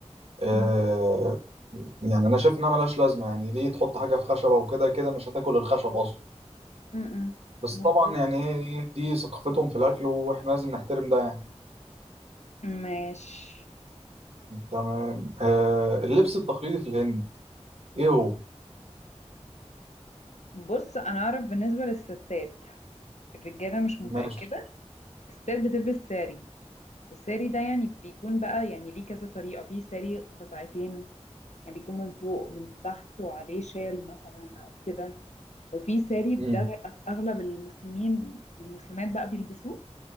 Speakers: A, on the right (about 60°); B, on the left (about 75°).
A: آه
B: امم
A: يعني انا شايف انها ملهاش لازمه يعني ليه تحط حاجه في خشبه وكده كده مش هتاكل الخشب اصلا
B: امم
A: بس
B: مظبوط
A: طبعا يعني هي إيه، دي ثقافتهم في الاكل واحنا لازم نحترم ده يعني
B: ماشي
A: تمام آه اللبس التقليدي في الهند ايه هو
B: بص انا اعرف بالنسبه للستات الرجاله مش متاكده
A: ماشي
B: الستات بتلبس ساري والساري ده يعني بيكون بقى يعني ليه كذا طريقه في ساري قطعتين يعني بيكون من فوق ومن تحت وعليه شال مثلا او كده وفي ساري ده
A: مم.
B: اغلب المسلمين المسلمات بقى بيلبسوه